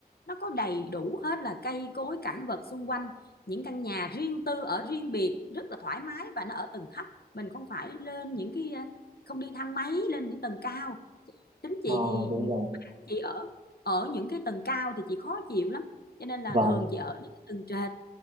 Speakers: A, on the left; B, on the right.
A: nó có đầy đủ hết là cây cối cảnh vật xung quanh những căn nhà riêng tư ở riêng biệt rất là thoải mái và nó ở tầng thấp mình không phải lên những cái à, không đi thang máy lên những tầng cao tính chị
B: à,
A: thì
B: đúng rồi
A: chị ở ở những cái tầng cao thì chị khó chịu lắm cho nên là
B: vâng
A: thường chị ở những cái tầng trệt